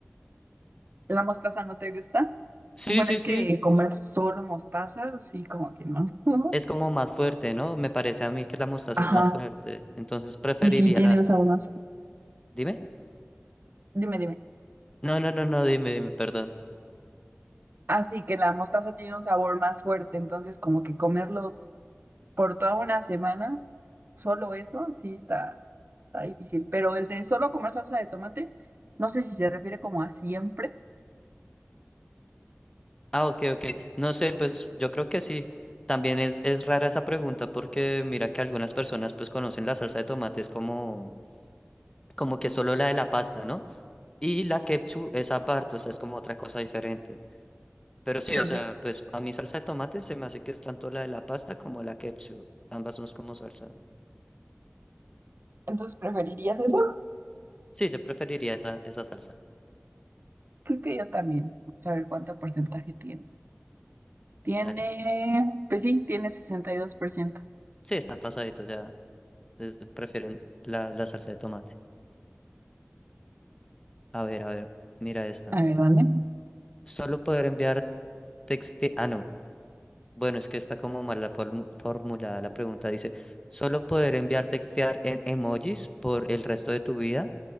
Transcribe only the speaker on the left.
Sí,
sí,
sí.
Es como más fuerte, ¿no? Me parece a mí que la mostaza
es más fuerte. Entonces preferiría
la salsa.
Dime.
No, no, no, no, dime, dime, perdón.
Ah, ok, ok. No sé, pues yo creo que sí. También es, es rara esa pregunta porque mira que algunas personas pues conocen la salsa de tomate es como, como que solo la de la pasta, ¿no? Y la ketchup es aparte, o sea, es como otra cosa diferente. Pero sí,
o sea,
pues a mí salsa de tomate se me hace que es tanto la de la pasta como la ketchup. Ambas son como salsa.
Sí, yo preferiría esa, esa salsa.
Dale.
Sí, está pasadito, ya. es- prefieren la, la salsa de tomate. A ver, a ver, mira esta.
Solo poder enviar texte... Ah, no. Bueno, es que está como mal la formu- formulada la pregunta. Dice, ¿solo poder enviar textear en emojis por el resto de tu vida?